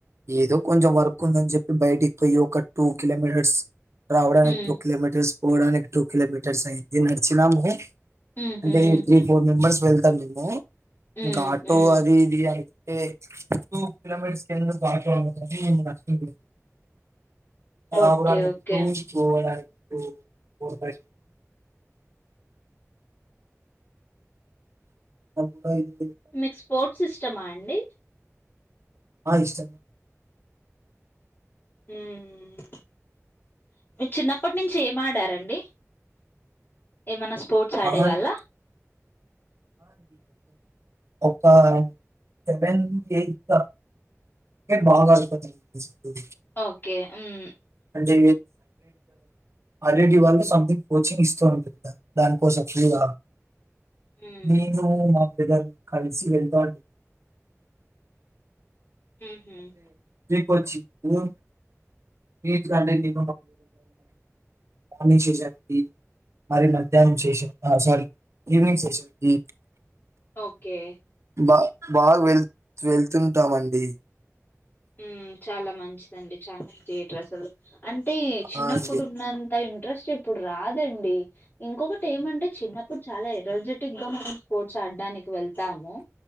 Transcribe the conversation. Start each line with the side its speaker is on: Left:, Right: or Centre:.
Right: ఏదో కొంచెం వర్క్ ఉందని చెప్పి బయటికి పోయి ఒక టూ కిలోమీటర్స్ రావడడానికి
Left: మ్మ్
Right: టూ కిలోమీటర్స్ పోడాని టూ కిలోమీటర్స్ అయింది నాడ్చినమూ
Left: మ్హూ
Right: అంటే త్రీ
Left: మ్హూ
Right: ఫోర్ మెంబర్స్ <unintelligible> ము
Left: మ్మ్
Right: ఇంకా ఆటో
Left: మ్మ్
Right: అది ఇది టె టూ కిలోమీటర్స్ ఎందుకు ఆటో అని ఇంక నడుచుకుంటూ రావడానికి
Left: ఓకే ఓకే
Right: టూ పోవడాని టూ ఫోర్ బై కూడా ఇది
Left: మీకు స్పోర్ట్స్ ఇష్టమా అండి
Right: ఆ ఇష్టం
Left: హమ్ చిన్నప్పటి నుంచి ఏం ఆడారండి ఏమన్నా స్పోర్ట్స్ ఆడే
Right: మహాన్-
Left: వాళ్ళ
Right: ఒక సెవెన్ ఎయిత్ బాగా అడను
Left: ఓకే హమ్
Right: అంటే ఐఐటీ వాళ్ళు సమెథింగ్ కోచింగ్ ఇస్తూ ఉ దానికోసామ్ ఫ్రీ గా
Left: మ్మ్
Right: నేను ఇగ కలిసి వెళ్ా
Left: హమ్ హమ్
Right: ఫ్రీ కోచింగ్ ఉ ఏంటిది అంటే మార్నింగ్ సేషన్కి మరి మధ్యాహ్నం స్ేషన్ సారీ ఈవినింగ్ సీషెల్స్ కీ
Left: ఓకే
Right: బా బాగా వెళ్ వెళ్తుంటామండి
Left: హమ్ చాలా మంచిదండి చాలా డ్రెస్సులు అంటే చిన్నప్పుడు
Right: ఆ అండి
Left: ఉన్న అంత ఇంట్రెస్ట్ ఇప్పుడు రాదండి ఇంకొకటి ఏమంటే చిన్నప్పుడు చాలా ఎనర్జెటిక్ గా మనం స్పోర్ట్స్ ఆడడానికి వెళ్తాము